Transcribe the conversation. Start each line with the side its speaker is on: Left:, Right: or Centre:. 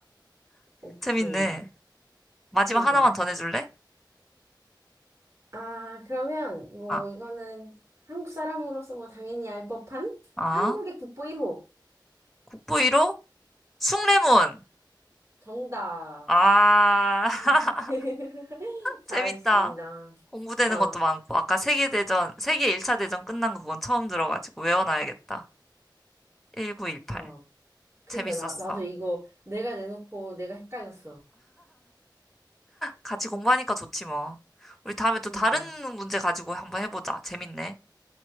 Right: 오케이.
Centre: 재밌네. 마지막
Right: 그니까.
Centre: 하나만 더 내줄래?
Right: 아, 그러면 뭐
Centre: 아,
Right: 이거는 한국 사람으로서 뭐 당연히 알 법한
Centre: 아,
Right: 한국의 국보 1호.
Centre: 국보 1호, 숭례문.
Right: 정답.
Centre: 아. <laughs>
Right: <laughs> 잘했습니다.
Centre: 재밌다. 공부되는
Right: 어,
Centre: 것도 많고, 아까 세계대전, 세계 1차 대전 끝난 거 그건 처음 들어가지고 외워놔야겠다. 1918.
Right: 어. 그니까
Centre: 재밌었어.
Right: 나 나도 이거 내가 내놓고 내가 헷갈렸어.
Centre: 같이 공부하니까 좋지 뭐. 우리 다음에
Right: 그니까
Centre: 또 다른 문제 가지고 한번 해보자. 재밌네.